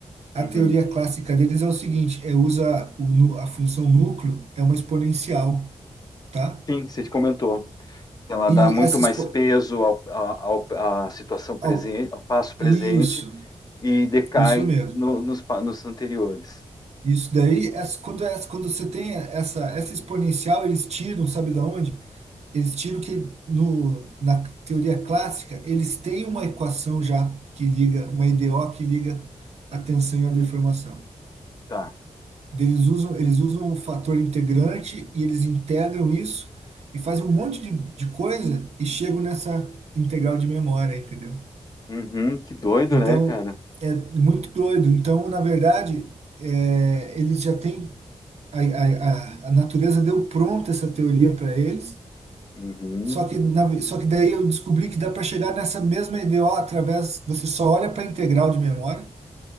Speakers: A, on the right; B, on the left.
A: a
B: uhum.
A: teoria clássica deles é o seguinte, é usa o, nu- a função núcleo é uma exponencial, tá?
B: Sim, você comentou. Ela
A: E
B: dá muito
A: essa
B: mais
A: expo,
B: peso ao, ao- ao- à situação presente,
A: au-
B: ao passo presente
A: isso,
B: e decai
A: isso mesmo.
B: no- nos, pa- nos anteriores.
A: Isso daí, essa- quando, essa- quando você tem essa, essa exponencial, eles tiram, sabe da onde? Eles tiram que no, na teoria clássica, eles têm uma equação já que liga, uma EDO que liga a tensão e a deformação.
B: Tá.
A: Eles usam, eles usam o fator integrante e eles integram isso e fazem um monte de, de coisa e chegam nessa integral de memória, entendeu?
B: Uhum, que doido,
A: Então,
B: né, cara?
A: é muito doido. Então, na verdade, é, eles já têm. A, a, a a natureza deu pronta essa teoria para eles,
B: Uhum,
A: só que, na ve- só que daí eu descobri que dá para chegar nessa mesma EDO através. Você só olha para a integral de memória